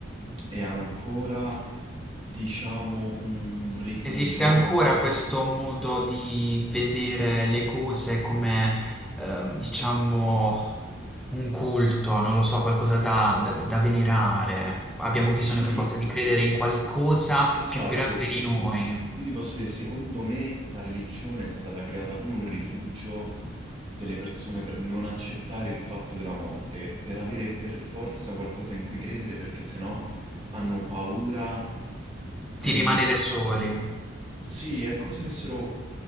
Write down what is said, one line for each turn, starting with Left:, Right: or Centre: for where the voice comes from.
Right: è ancora diciamo un rifugio.
Centre: Esiste ancora questo modo di vedere le cose come, ehm, diciamo, un culto, non lo so, qualcosa da, da- da venerare. Abbiamo
Right: Sì,
Centre: bisogno per forza di credere in qualcosa
Right: Esatto.
Centre: più grande di noi,
Right: Io ti posso dire, secondo me la religione è stata creata come un rifugio delle persone per non accettare il fatto della morte, per avere per forza qualcosa in cui credere perché sennò hanno paura
Centre: di
Right: del
Centre: rimanere
Right: nulla.
Centre: soli.
Right: Sì, è come se avessero